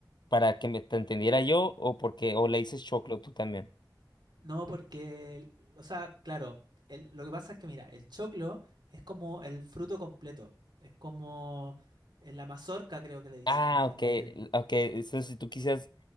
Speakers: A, on the left; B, on the right.
A: para que me, te entendiera yo o porque o le dices choclo tú también?
B: No, porque, el- o sea, claro, el- lo que pasa es que, mira, el choclo es como el fruto completo. Es como eh, la mazorca, creo que le dicen
A: Ah,
B: también.
A: ok, ok, eso si tú quisieras,